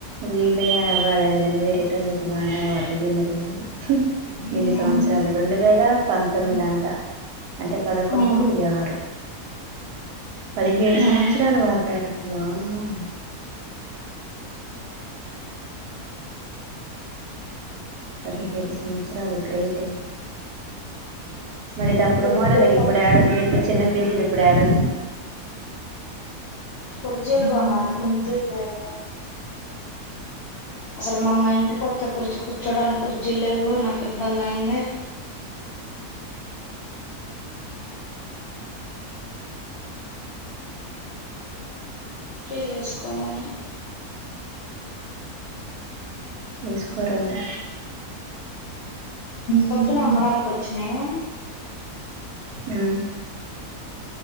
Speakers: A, on the right (about 80°); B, on the left (about 70°).
A: వీలుగా వాడారు కాని వేరేటోళ్ళు అయితే వాడనే వాడరు గిన్ని రోజులు
B: హ్మ్.
A: ఇన్ని సంవత్సరాలు రెండు వేల పంతొమ్మిది
B: హ్మ్.
A: అంట అంటే పదకొండు
B: హ్మ్.
A: ఇది ఆరు పదిహేడు
B: హ్మ్.
A: సంవత్సరాలు వారు డారు వామ్మో పదిహేడు సంవత్సరాలు గ్రేట్ ఏ మరి ఇది అప్పుడు
B: కుర్చీలు
A: మోడలా ఇగ ఇప్పుడు ఎడ ఉన్నయి ఇగ ఇంతా చిన్న ఫ్రిడ్జ్లు ఇప్పుడు ఎడ ఉన్నాయి
B: కుర్జీలు కొనాలి కుర్జీలు లేవు అసలు మొన్న ఇంటి కొత్తే కుర్చీ కూర్చోడానికి కుర్చీలు లేవు నాకు ఇబ్బంది అయింది చెర్లేస్కోవాలే <unintelligible>
A: తీసుకో రెండు
B: పొద్దున అమ్మడానికి వచ్చినయి
A: ఉం